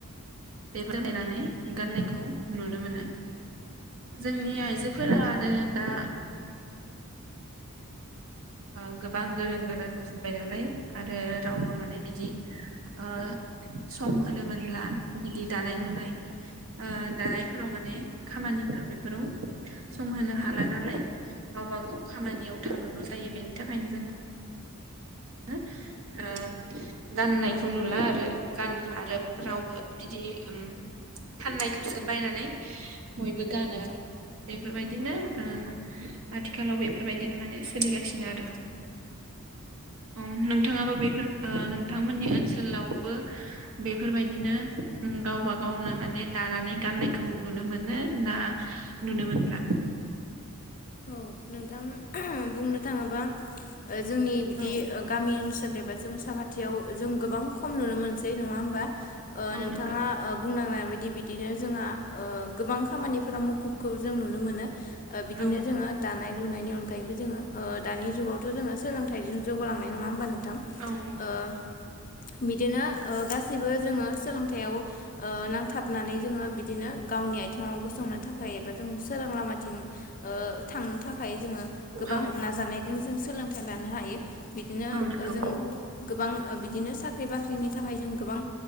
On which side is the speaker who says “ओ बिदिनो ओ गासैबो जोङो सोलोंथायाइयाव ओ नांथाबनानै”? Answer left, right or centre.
Left